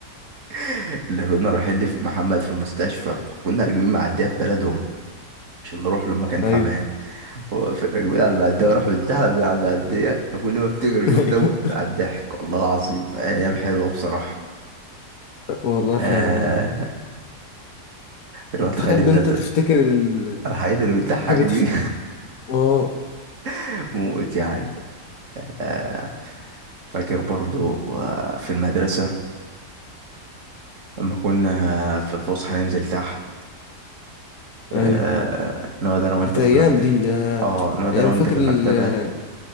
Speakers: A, on the right; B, on the left.
A: <laughs> اللي كنا رايحين لف- محمد في المستشفى كنا راكبين معدية في بلدهم عشان نروح له لما كان
B: ايوه
A: تعبان هو في راكبين على المعدية وراح بيتزحلق من على المعدية كل ما افتكر اليوم
B: <laughs> ايوه
A: ده موت على الضحك والله العظيم ايام حلوة بصراحة
B: والله فعلا
A: آه
B: يا عم
A: الواد
B: تحب
A: خالد
B: انت
A: ده
B: تفتكر ال...
A: الحاجات اللي بتضحك
B: تحب
A: دي
B: تفت... اه
A: <laughs> موت يعني آه فاكر برضو آه، في المدرسة لما كنا في الفسحة ننزل تحت
B: ايوه
A: آه نقعد انا وانت
B: كانت
A: في
B: ايام
A: المكتب
B: دي آه،
A: اه نقعد
B: ايام
A: انا وانت
B: فاكر
A: في المكتبة
B: ال... آه،